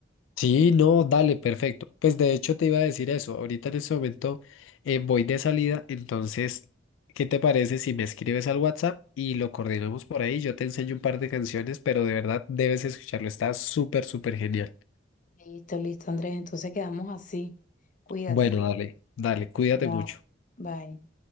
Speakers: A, on the left; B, on the left.
A: Sí, no, dale, perfecto. Pues de hecho te iba a decir eso. Ahorita en este momento eh, voy de salida, entonces, ¿qué te parece si me escribes al WhatsApp y lo coordinamos por ahí? Yo te enseño un par de canciones, pero de verdad debes escucharlo. Está súper, súper genial.
B: Listo, listo, Andrés, entonces quedamos así. Cuídate.
A: Bueno, dale, dale, cuídate
B: Bye.
A: mucho.
B: Bye.